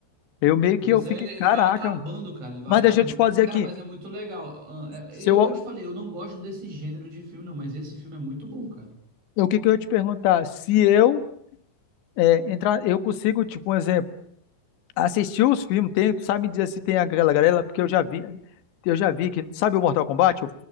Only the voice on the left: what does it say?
Eu meio
que eu fiquei,
caraca.
Mas
deixa eu te fazer
aqui.
Se
eu,
o que que eu ia te perguntar? Se eu é, entrar, eu consigo, tipo, um exemplo, assistir os filmes, tem, tu sabe me dizer se tem aquela galera, porque eu já vi, eu já vi que, sabe o Mortal Kombat, o